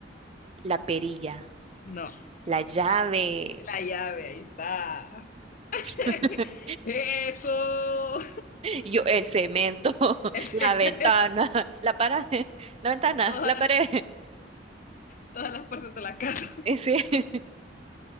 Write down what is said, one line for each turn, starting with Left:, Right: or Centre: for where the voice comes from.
Right: La perilla.
Left: No.
Right: La llave.
Left: La llave, ahí está. <laughs>
Right: <laughs>
Left: Eso.
Right: Yo, el cemento. <laughs>
Left: Ese
Right: La ventana.
Left: <laughs> me
Right: La pared. La ventana.
Left: todas,
Right: La pared.
Left: todas las partes de la casa. <laughs>
Right: Ese. <laughs>